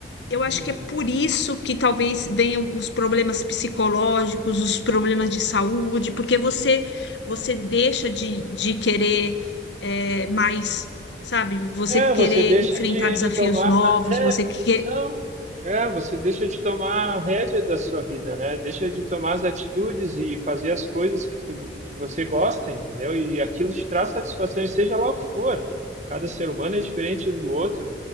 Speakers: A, on the left (about 75°); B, on the right (about 40°).
A: eu acho
B: uhum.
A: que é por isso que talvez venham os problemas psicológicos, os problemas de saúde, porque você você deixa de, de querer é, mais, sabe? Você
B: É,
A: querer
B: você deixa
A: enfrentar
B: de,
A: desafios
B: de tomar.
A: novos,
B: É,
A: você quer.
B: não. É, você deixa de tomar a rédea da sua vida, né? Deixa de tomar as atitudes e fazer as coisas que, tu, que você gosta, entendeu? E aquilo te traz satisfação, e seja lá o que for. Cada ser humano é diferente um do outro.